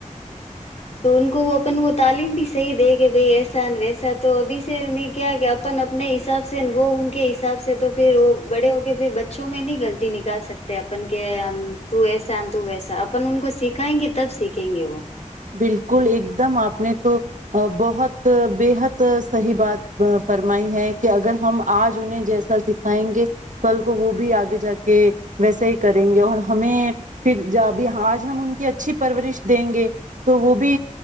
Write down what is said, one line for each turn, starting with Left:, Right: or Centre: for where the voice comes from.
Left: تو ان کو وہ اپن وہ تعلیم بھی صحیح دے کہ بھائی ایسا ویسا تو ابھی سے نہیں کیا کہ اپن اپنے حساب سے وہ ان کے حساب سے تو پھر وہ بڑے ہو کے پھر بچوں میں نہیں غلطی نکال سکتے اپن کہ تو ایسا تو ویسا اپن ان کو سکھائیں گے تب سیکھیں گے وہ
Right: بالکل ایک دم آپ نے تو بہت بےحد صحیح بات فرمائی ہے کہ اگر ہم آج انہیں جیسا سکھائیں گے کل کو وہ بھی آگے جا کے ویسا ہی کریں گے اور ہمیں پھرب آج ہم ان کی اچھی پرورش دیں گے تو وہ بھی